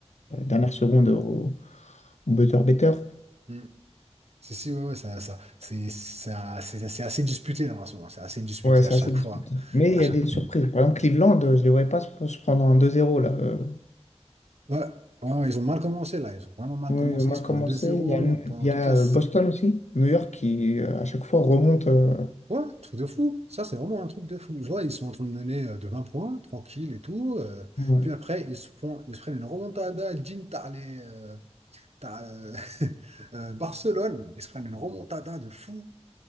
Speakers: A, on the left; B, on the right.
A: euh, dernière seconde au, au buzzer beater.
B: Hmm. c'est si ouais, ouais ça, ça c'est ça c'est c'est assez disputé là en ce moment c'est assez disputé
A: Ouais, c'est
B: à chaque
A: assez disputé.
B: fois
A: Mais il
B: à
A: y
B: chaque
A: a des surprises.
B: ouais,
A: Par exemple, Cleveland, euh, je ne les voyais pas se se prendre un 2-0 là. Euh,
B: ouais ouais, ils ont mal commencé là ils ont vraiment mal
A: oui,
B: commencé
A: on
B: ils
A: a
B: se
A: commencé.
B: prennent un deux zéro
A: Il y a, il
B: pendant
A: y
B: toute
A: a,
B: la
A: euh, Boston aussi, New York qui euh, à chaque fois remonte. euh,
B: Ouais, truc de fou. Ça, c'est vraiment un truc de fou. Je vois, ils sont en train de mener euh, de 20 points, tranquille et tout. euh,
A: ouais.
B: puis après, ils se prennent, ils se prennent une remontada. Jim, t'as les, euh, t'as, euh, <laughs> euh, Barcelone. Ils se prennent une remontada de fou.